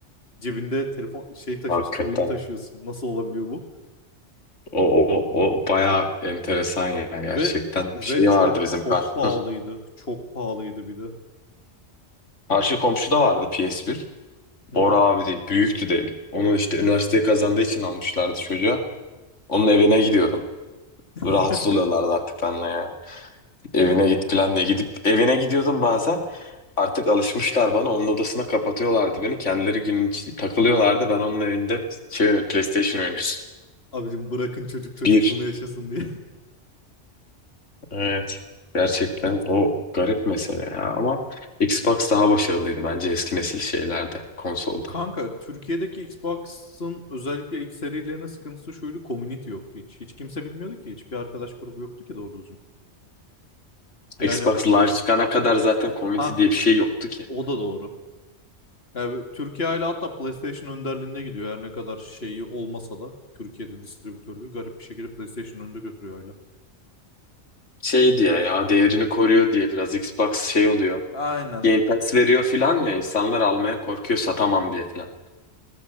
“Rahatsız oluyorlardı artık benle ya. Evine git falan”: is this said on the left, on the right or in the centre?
Left